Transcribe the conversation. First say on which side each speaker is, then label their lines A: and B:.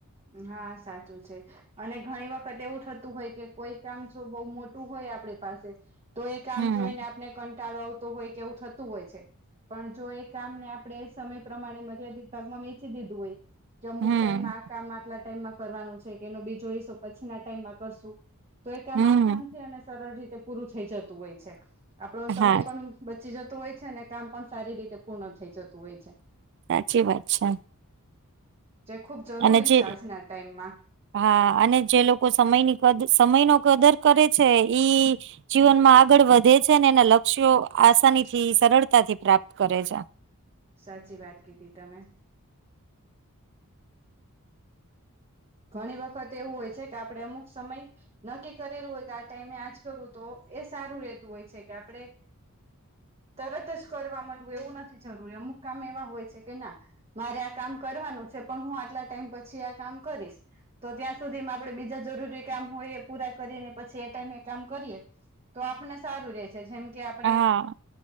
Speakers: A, on the right; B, on the right.
A: હા સાચું છે. અને ઘણી વખત એવું થતું હોય કે કોઈ કામ જો બહુ મોટું હોય આપણે પાસે તો એ કામ
B: હમ
A: જોઈને આપને કંટાળો આવતો હોય કે એવું થતું હોય છે. પણ જો એ કામ ને આપણે સમય પ્રમાણે મર્યાદિત ભાગમાં વેચી દીધું હોય કે અમુક
B: હમ
A: ટાઈમમાં આ કામ આટલા ટાઈમમાં કરવાનું છે કે એનો બીજો હિસ્સો પછી ના ટાઈમમાં કરશું. તો એ કામ
B: હમ
A: આસાન થી અને સરળ રીતે પૂરું થઈ જતું હોય છે આપણો સમય
B: હા
A: પણ બચી જતું હોય છે ને કામ પણ સારી રીતે પૂર્ણ થઈ જતું હોય છે.
B: સાચી વાત છે.
A: જે ખુબ જરૂરી
B: અને જે
A: છે આજના ટાઈમમાં
B: હા અને જે લોકો સમયની કદ સમય નો કદર કરે છે ઈ જીવનમાં આગળ વધે છે ને એના લક્ષ્યો આસાની થી સરળતાથી પ્રાપ્ત કરે છે.
A: સાચી વાત કીધી તમે ઘણી વખત એવું હોય છે કે આપડણે અમુક સમય નકી કરેલું હોય કે આ ટાઈમે આજ કરું તો એ સારું રેતું હોય છે કે આપડણે તરત જ કરવા માંડવું એવું નથી જરૂરી અમુક કામ એવા હોય છે કે ના મારે આ કામ કરવાનું છે પણ હું આટલા ટાઈમ પછી આ કામ કરીશ. તો ત્યાં સુધીમાં આપણેે બીજા જરૂરી કામ હોય એ પૂરા કરીએને પછી એ ટાઈમે એ કામ કરીએ. તો આપને સારું રે છે જેમ કે આપણેે
B: હા